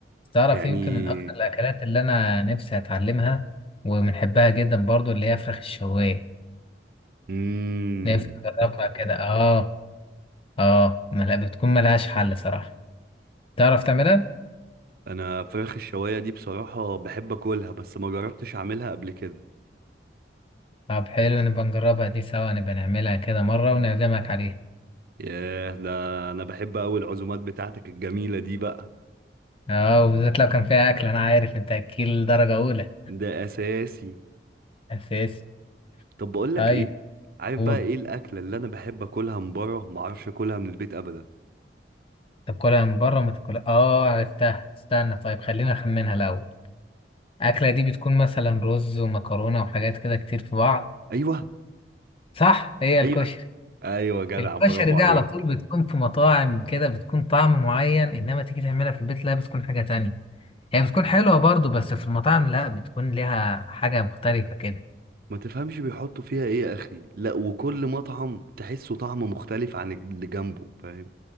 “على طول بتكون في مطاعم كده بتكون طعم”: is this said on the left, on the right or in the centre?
Left